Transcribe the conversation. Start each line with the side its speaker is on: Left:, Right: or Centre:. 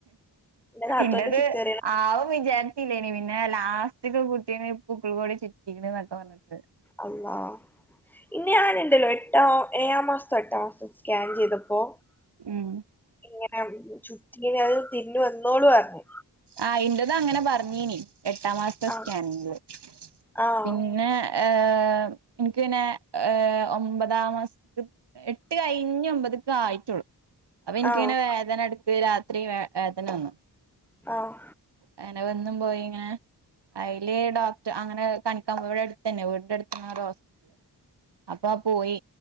Centre: എന്റെ നാത്തൂന്റെ
Right: ഇന്റത്
Centre: സിസേറിയൻ
Right: ആവും വിചാരിചില്ലേനി പിന്നെ ലാസ്റ്റോക്കെ കുട്ടി നെ പുക്ക്‌ൾ കൊടി ചുറ്റിക്ണ് എന്നൊക്കെ പറഞ്ഞട്ട്
Centre: അള്ളാഹ് ഇന്ന് ഞാൻ ഇണ്ടല്ലോ എട്ടാം ഏഴാം മാസത്തോ എട്ടാം മാസോ സ്കാൻ ചെയ്തപ്പോ.
Right: ഉം
Centre: ഇങ്ങനെ ചുറ്റീന് അത് തിരിന്ഞ് വന്നോളു പറഞ്ഞു
Right: ആ ഇന്റത് അങ്ങനെ പറഞ്ഞീനി എട്ടാം മാസത്തെ
Centre: ആ
Right: സ്കാനിങ്ല്
Centre: ആഹ്
Right: പിന്നെ ഏഹ് ഇൻക്ക് പിന്നെ ഏ ഒമ്പതാം മാസതെ. എട്ട് കഴിഞ് ഒമ്പത്ക്കായിട്ടൊള്ളൂ അപ്പൊ ഇന്ക്കിങ്ങനെ
Centre: ആഹ്
Right: വേദന എടക്ക്‌ രാത്രി വേ വേദന വന്നു
Centre: ആഹ്
Right: അങ്ങനെ വന്നും പോയിങ്ങ അയില് ഡോക്ടർ അങ്ങനെ കണിക്കാപോയി ഇവിടെ അടുത്തന്നെവീടിന്റെ അടുത്തന്നെ ഒരോ ഹോസ് അപ്പാ പോയി